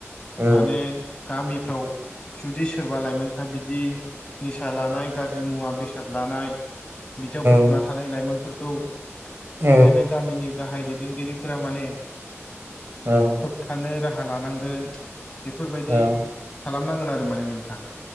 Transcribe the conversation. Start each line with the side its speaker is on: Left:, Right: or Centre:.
Right: औ
Left: माने गामिफ्राव जुदि सोरबा लाइमोनफ्रा बि बिदि निसा लानाय गाज्रि मुवा बेसाद लानाय बिदियाव गफ'ना
Right: औ
Left: था थानाय लाइमोनफोरखौ
Right: औ
Left: बिदिनो गामिनि गाहाय दैदेनगिरिफोरा माने
Right: औ
Left: होबथानो राहा लानांगोन बेफोरबायदि
Right: औ
Left: खालामनांगोन आरो माने नोंथां।